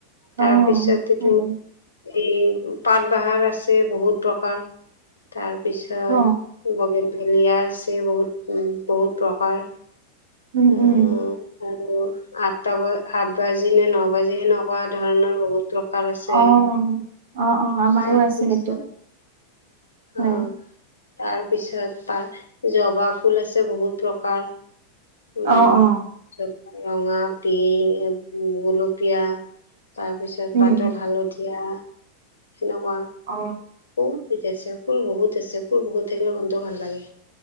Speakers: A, on the left; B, on the right.
A: তাৰপিছত
B: অ ভাল
A: কিন্তু
B: লাগে।
A: এই পাট বাহাৰ আছে বহুত প্ৰকাৰ তাৰপিছত
B: অ
A: বগে মেলিয় আছে বহুত উ বহুত প্ৰকাৰ
B: উম
A: আহ
B: উম।
A: আৰু আঠটা ব আত বাজি নে ন বাজি সেনেকুৱা ধৰণৰ বহুত আছে
B: অ', অ', অ', আমাৰো
A: তাৰপিছত
B: আছে সেইটো হয়।
A: অ তাৰপিছত তাৰ জবা ফুল আছে বহুত প্ৰকাৰ। উম
B: অ অ
A: চ ৰঙা, পিং, গোলপীয়া তাৰ পিছত
B: উম
A: পাতল হালধীয়া সেনেকুৱা
B: অ
A: বহুত জ আছে ফুল বহুত আছে ফুল বহুত থাকিলে মনটো ভাল লাগে।